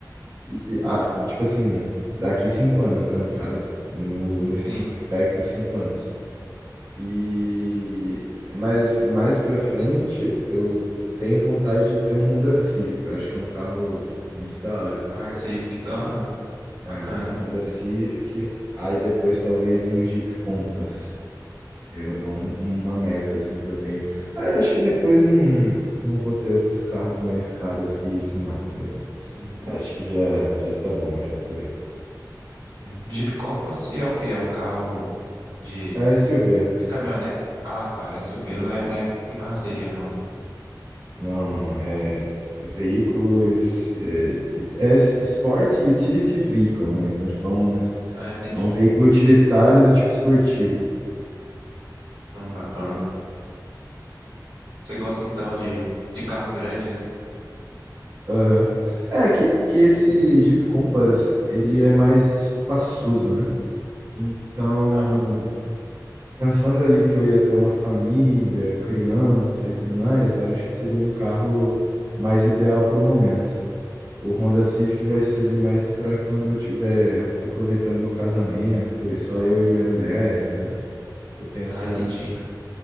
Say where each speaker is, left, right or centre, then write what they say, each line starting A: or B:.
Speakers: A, on the right (about 40°); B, on the right (about 80°).
A: E, ah, tipo assim, daqui cinco anos, né, no caso, no, no
B: sim,
A: espectro, cinco anos. E mas mais para frente, eu tenho vontade de ter um Honda Civic. Eu acho que é um carro muito da hora, tá
B: a
A: ligado?
B: Civic, aham,
A: É,
B: bacana,
A: Honda Civic, aí depois talvez um Jeep Compass. Eu- é um- uma meta assim que eu tenho. Aí eu acho que depois não, não vou ter outros carros mais caros que esse não, tá ligado?
B: sim.
A: Acho que já já tá bom já por aí.
B: É. Jeep Compass é o que É um carro de.
A: É SUV.
B: É caminhonete? Ah, tá. SUV não é, não é- tem carroceria, não, né?
A: Não, não. É veículos. É, é Sport Utility Vehicle, né? Então, tipo, é um, é
B: Ah, entendi.
A: um veículo utilitário do tipo esportivo.
B: Hum, bacana. Você gosta então de, de carro grande, né?
A: Aham. É que, que esse Jeep Compass, ele é mais espaçoso, né? Então,
B: Aham.
A: pensando ali que eu ia ter uma família, criança e tudo mais, eu acho que seria um carro mais ideal para o momento. O Honda Civic vai ser ali mais pra quando eu tiver aproveitando meu casamento, e só eu e minha mulher, entendeu? Eu tenho essa.
B: Ah, entendi.